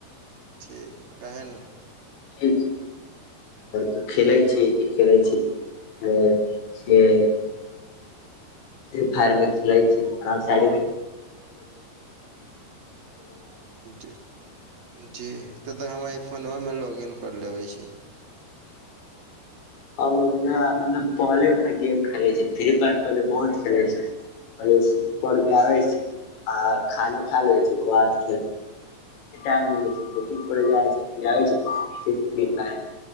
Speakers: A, on the right; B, on the left.
A: ठीक काहे न
B: ठीक तऽ खेलै
A: जी
B: छै खेलै छै अ से फ्री फायर मे खेलै छै आराम <inaudible> <inaudible>
A: जी जी त तऽ हम आइ फोनमा मे लॉग इन कर लेबे छी,
B: हम ओतना मतलब पहले सँ गेम खेले छी फ्री फायर पहले बहुत खेलाय छै पहिले सुपर ग आबे छी आ खाना खा लेबै छै ओकरबाद टाइम मिलै छै जाय छै, <inaudible>